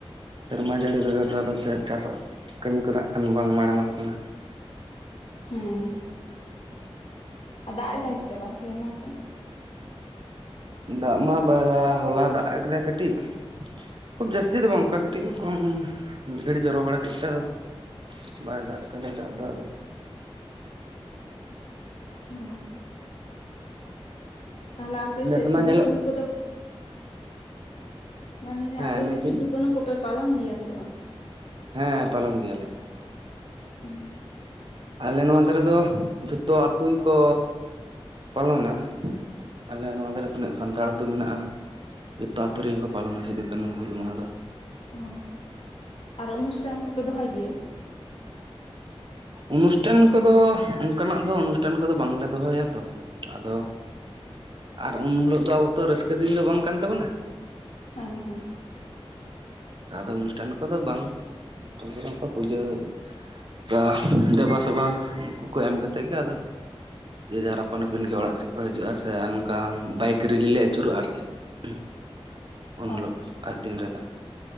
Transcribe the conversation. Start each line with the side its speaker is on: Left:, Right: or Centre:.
Right: ᱥᱮᱨᱢᱟ ᱡᱟᱹᱲᱤ ᱵᱮᱜᱚᱨ ᱨᱮ ᱟᱫᱚ ᱛᱮ ᱪᱟᱥᱟᱜ, ᱠᱟᱹᱢᱤ ᱠᱚᱫᱚ ᱦᱟᱜ ᱠᱷᱟᱱ ᱵᱟᱝ ᱢᱟᱲᱟᱝ ᱚᱜ ᱠᱟᱱᱟ᱾
Left: ᱦᱮᱸ ᱟᱨ ᱫᱟᱜ ᱮᱫᱟᱭ ᱥᱮ ᱵᱟᱝ ᱥᱮᱨᱢᱟ ᱛᱮ?
Right: ᱫᱟᱜ ᱢᱟ ᱵᱟᱨᱟ ᱦᱚᱞᱟ ᱫᱟᱜ ᱟᱠᱟᱫᱟᱭ ᱠᱟᱹᱴᱤᱡ, ᱠᱷᱩᱵ ᱡᱟᱹᱥᱛᱤ ᱫᱚ ᱵᱟᱝ ᱚᱝᱠᱟ ᱠᱟᱹᱴᱤᱡ ᱠᱚᱢ, ᱢᱤᱫ ᱜᱷᱟᱹᱲᱤᱡ ᱡᱚᱨᱚ ᱵᱟᱲᱟ ᱠᱮᱫ ᱛᱮ ᱟᱫᱚ ᱵᱟᱭ ᱫᱟᱜ ᱠᱟᱫᱟ ᱫᱟᱜ ᱫᱚ ᱟᱫᱚ
Left: ᱚ ᱛᱟᱦᱞᱮ ᱟᱯᱮᱥᱮᱜ
Right: ᱱᱮᱥ
Left: ᱥᱤᱫᱩ
Right: ᱢᱟ ᱧᱮᱞᱚᱜ
Left: ᱠᱟᱹᱱᱩ ᱠᱚᱫᱚ ᱢᱟᱱᱮ
Right: ᱦᱮᱸ
Left: ᱟᱯᱮ
Right: ᱢᱮᱱᱵᱤᱱ
Left: ᱥᱮ ᱥᱤᱫᱩ ᱠᱟᱹᱱᱩ ᱠᱚᱯᱮ ᱯᱟᱞᱚᱱ ᱜᱮᱭᱟ ᱥᱮ ᱵᱟᱝ?
Right: ᱦᱮᱸ ᱯᱟᱞᱚᱱ ᱜᱮᱭᱟᱞᱮ᱾
Left: ᱩᱸ
Right: ᱟᱞᱮ ᱱᱚᱣᱟ ᱫᱟᱨᱮ ᱫᱚ ᱡᱷᱚᱛᱚ ᱟᱹᱛᱩ ᱜᱮᱠᱚ ᱯᱟᱞᱚᱱᱟ, ᱟᱞᱮ ᱱᱚᱣᱟ ᱫᱟᱨᱮ ᱛᱤᱱᱟᱹᱜ ᱥᱟᱱᱛᱟᱲ ᱟᱹᱛᱩ ᱢᱮᱱᱟᱜ-ᱟ᱾ ᱡᱚᱛᱚ ᱟᱹᱛᱩ ᱨᱮᱜᱮᱠᱚ ᱯᱟᱞᱚᱱᱟ ᱥᱤᱫᱩ ᱠᱟᱹᱱᱩ ᱦᱩᱞ ᱢᱟᱦᱟ ᱫᱚ᱾
Left: ᱚ ᱟᱨ ᱚᱱᱩᱥᱴᱟᱱ ᱠᱚᱯᱮ ᱫᱚᱦᱚᱭ ᱜᱮᱭᱟ?
Right: ᱚᱱᱩᱥᱴᱟᱱ ᱠᱚᱫᱚ ᱚᱱᱠᱟᱱᱟᱜ ᱫᱚ ᱚᱱᱩᱥᱴᱟᱱ ᱠᱚᱫᱚ ᱵᱟᱝᱞᱮ ᱫᱚᱦᱚᱭᱟ ᱛᱚ, ᱟᱫᱚ ᱟᱨ ᱩᱱ ᱦᱤᱞᱳᱜ ᱫᱚ ᱟᱵᱚ ᱛᱚ ᱨᱟᱹᱥᱠᱟᱹ ᱫᱤᱱ ᱫᱚ ᱵᱟᱝ ᱠᱟᱱ ᱛᱟᱵᱚᱱᱟ᱾
Left: ᱦᱮᱸ ᱦᱮᱸ
Right: ᱟᱫᱚ ᱚᱱᱩᱥᱴᱟᱱ ᱠᱚᱫᱚ ᱵᱟᱝ ᱚᱱᱩᱥᱴᱟᱱ ᱠᱚᱫᱚ ᱚᱱᱠᱟ ᱯᱩᱡᱟᱹ ᱠᱟ ᱫᱮᱵᱟᱥᱮᱵᱟ ᱩᱝᱠᱩ ᱠᱚ ᱮᱢ ᱠᱟᱛᱮᱫ ᱜᱮ ᱟᱫᱚ ᱡᱮ ᱡᱟᱦᱟᱸᱟᱨ ᱟᱯᱟᱱ ᱟᱹᱯᱤᱱ ᱜᱮ ᱚᱲᱟᱜ ᱥᱮᱜ ᱠᱚ ᱦᱤᱡᱩᱜ-ᱟ ᱥᱮ ᱚᱱᱠᱟ, ᱵᱟᱭᱤᱠ ᱨᱤᱞᱤ ᱞᱮ ᱟᱹᱪᱩᱨᱚᱜ-ᱟ ᱟᱨᱠᱤ᱾ <inaudible>
Left: <inaudible>
Right: ᱩᱱ ᱦᱳᱞᱳᱜ ᱟᱜ ᱫᱤᱱ ᱨᱮᱫᱚ᱾